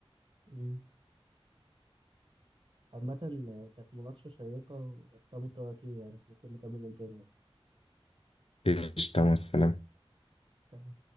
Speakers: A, on the right (about 55°); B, on the left (about 70°).
A: مم. عامة كانت مناقشة شيقة بس أنا مضطر أطير يعني فممكن نكمل يوم تاني
B: ايش تمام السلام
A: بقى.